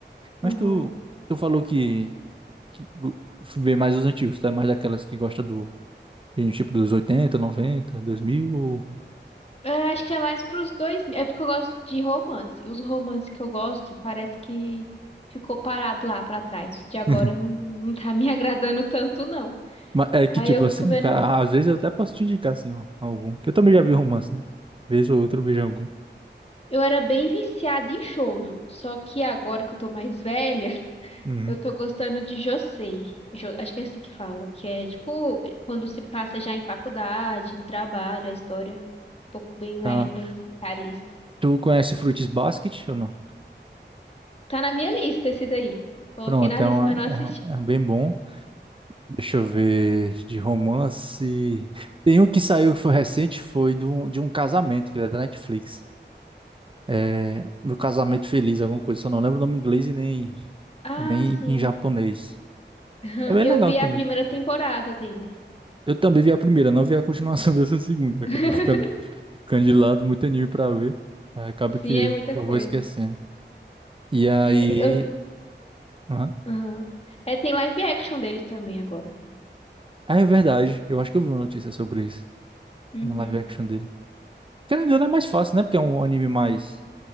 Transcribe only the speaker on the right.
Mas tu, tu falou que, que go- vê mais os antigos, tá? Mais daquelas que gosta do, tipo, dos 80, 90, 2000, ou...
<laughs>
Mas é que,
tipo
assim,
ca- às vezes eu até posso te indicar, assim, ó, algum. Que eu também já vi romance, né? Vez ou outra eu vejo algum.
Uhum.
Tá.
Tu conhece Fruits Basket ou não?
Pronto,
é,
uma,
é, um- é um bem bom. Deixa eu ver de romance. Tem um que saiu que foi recente, foi de um, de um casamento, que é da Netflix. É, Meu Casamento Feliz, alguma coisa. Só não lembro o nome em inglês e nem,
nem
em japonês.
É bem
legal
também.
Eu também vi a primeira, não vi a continuação <laughs> dessa segunda.
Acabou ficando Candidato, muito anime pra ver. Aí acaba
que,
que
eu vou esquecendo. E aí.
aham.
Ah, é verdade. Eu acho que eu vi uma notícia sobre isso.
de Um live action dele. Querendo ou não, é mais fácil, né? Porque é um anime mais.